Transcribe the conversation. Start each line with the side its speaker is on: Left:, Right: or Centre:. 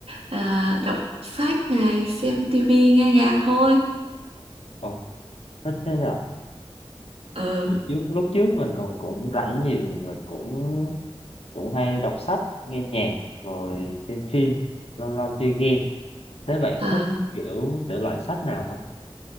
Right: à, đọc sách này, xem tivi, nghe nhạc thôi.
Left: Còn thích thế nhở?
Right: Ờ,
Left: Hồi trước, lúc trước mình còn cũng rảnh nhiều, mình cũng cũng hay đọc sách, nghe nhạc, rồi xem phim, lâu lâu chơi game. Thế bạn
Right: à,
Left: thích kiểu thể loại sách nào không?